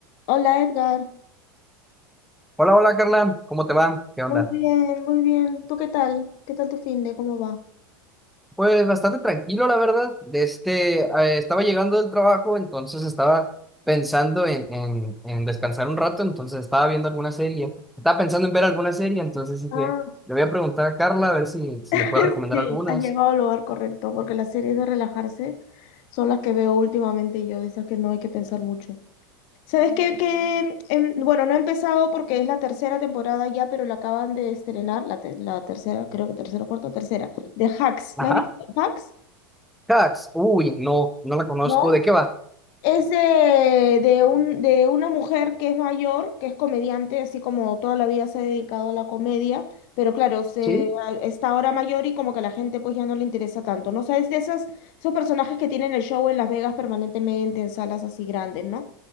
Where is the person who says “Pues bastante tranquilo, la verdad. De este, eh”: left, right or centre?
Centre